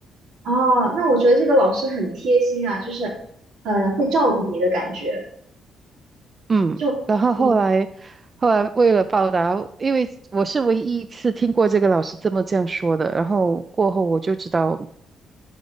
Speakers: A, on the right; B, on the right.
A: 哦，那我觉得这个老师很贴心啊，就是呃会照顾你的感觉，
B: 嗯，
A: 就嗯
B: 然后后来后来为了报答，因为我是唯一一次听过这个老师这么这样说的，然后过后我就知道